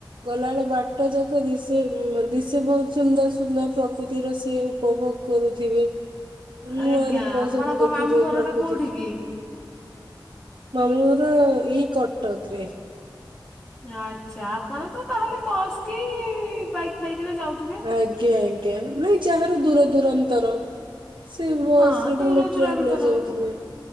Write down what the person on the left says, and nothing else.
ଆଜ୍ଞା
ଆପଣଙ୍କ
ମାମୁଁ ଘର
ଟା କୋଉଠି କି?
ଆଚ୍ଛା ଆପଣ ତ ତାହେଲେ ବସ୍ କି ବାଇକ୍ ଫାଇକରେ ଯାଉଥି
ହଁ ଦୂର
ଦୂରାନ୍ତର